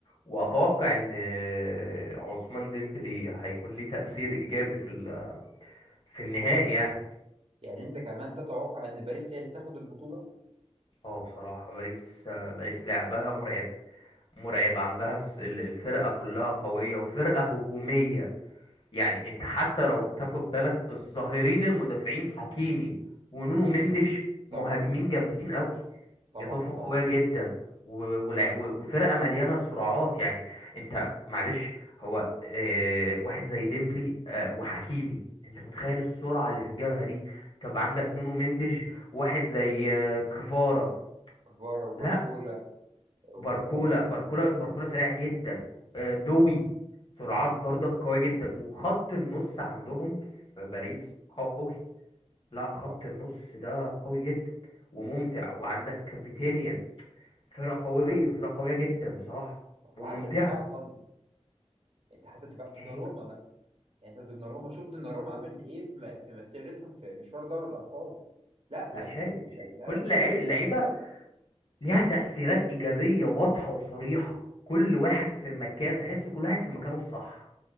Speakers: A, on the left; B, on the right.
A: واتوقع ان آه، عثمان ديمبلي هيكون ليه تاثير ايجابي في ال- في النهائي يعني
B: يعني انت كمان تتوقع ان باريس هي اللي تاخد البطوله
A: اه بصراحه باريس آه، باريس لعبها مرعب مرعب عندها الس- ال- الفرقه كلها قويه وفرقه هجوميه يعني انت حتى لو تاخد بالك الظاهرين المدافعين حكيمي ونونو
B: حكيميو
A: مندش
B: طبعا
A: مهاجمين جامدين قوي
B: طبعا
A: اضافه
B: طبعا
A: قويه جدا و- ولا- و- وفرقه مليانه سرعات يعني انت معلش هو اه واحد زي ديمبلي اه وحكيمي انت متخيل السرعه اللي في الجبهه دي طب عندك نونو مندش واحد زي اه كفارا
B: كفارا وباركولا
A: لا
B: وطبعا
A: وباركولا باركولا باركولا سريع جدا آه، دوي سرعات برضك قوية جدا وخط النص عندهم في باريس قوي لا خط
B: طبعا
A: النص ده قوي جدا وممتع وعندك فيتينيا فرقة قوية
B: صح
A: فرقة قوية جدا بصراحة
B: وحتى
A: وممتعة
B: الدفاع صلب انت حتى الدفاع دوناروما
A: هي
B: مثلا يعني انت دوناروما شوف دوناروما
A: دوناروما
B: عمل ايه في م- في مسيرتهم في مشوار دوري الابطال لا
A: لا
B: يعني
A: شايل
B: لا
A: شايل
B: لا
A: كل
B: لا شايل
A: لعيب- اللعيبة
B: بالظبط
A: ليها تأثيرات إيجابية واضحة وصريحة كل واحد في مكان تحس كل واحد في مكانه الصح